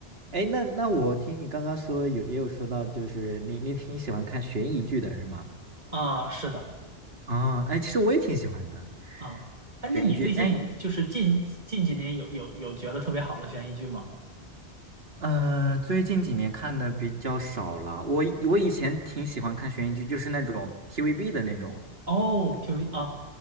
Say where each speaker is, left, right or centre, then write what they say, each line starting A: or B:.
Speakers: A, on the right; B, on the right.
A: 哎，那那我听你刚刚说有也有说到，就是你你挺喜欢看悬疑剧的是吗？
B: 啊，是的
A: 啊，哎，其实我也挺喜欢的
B: 啊，哎，
A: 悬疑剧，
B: 那你最近就是近近几年有有有觉得特别好的悬疑剧吗？
A: 哎，呃，最近几年看的比较少了，我以我以前挺喜欢看悬疑剧，就是那种 TVB 的那种。
B: 哦，挺有意啊，